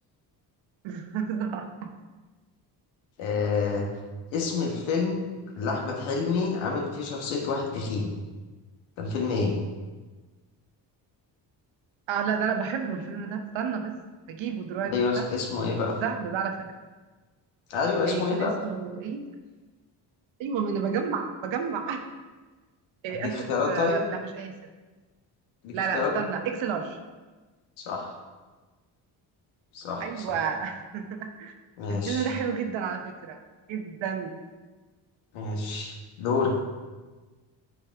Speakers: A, on the right (about 75°); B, on the left (about 90°).
A: صح
B: آه... اسم الفيلم اللي أحمد حلمي عامل فيه شخصية واحد تخين كان فيلم إيه؟
A: اه لا ده انا بحبه الفيلم ده استنى بس هجيبه دلوقتي
B: أيوه
A: استنى
B: اس- اسمه إيه بقى؟
A: سهل ده على فكرة
B: أيوه اسمه
A: إيه كان
B: إيه بقى؟
A: اسمه ايه؟ ايوه ما انا بجمع بجمع إيه
B: أديك
A: اسف
B: اختيارات
A: آه
B: طيب؟
A: لا مش اسف
B: أديك
A: لا
B: اختيارات
A: لا استنى اكس لارج
B: صح صح
A: ايوه
B: صح
A: <laughs>
B: ماشي
A: الفيلم ده حلو جدا على فكرة جدا
B: ماشي دور